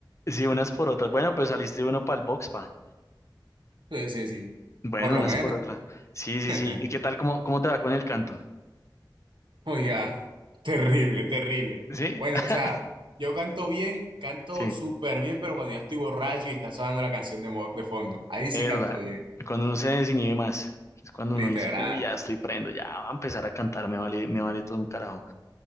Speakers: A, on the left; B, on the right.
A: Sí, unas por otras. Bueno, pues saliste uno para el box, pa.
B: sí, sí, sí,
A: Bueno,
B: por lo
A: unas
B: menos.
A: por otra. Sí, sí,
B: <laughs>
A: sí. ¿Y qué tal? ¿Cómo, cómo te va con el canto?
B: Oiga, terrible, terrible.
A: ¿Sí?
B: Bueno,
A: <laughs>
B: o sea, yo canto bien, canto
A: Sí,
B: súper bien, pero cuando ya estoy borracho y está sonando la canción de, mo- de fondo, ahí sí
A: verdad.
B: canto bien,
A: Cuando uno se desinhibe más, es cuando
B: literal.
A: uno dice, uy, ya estoy prendo, ya va a empezar a cantar, me vale, me vale todo un carajo.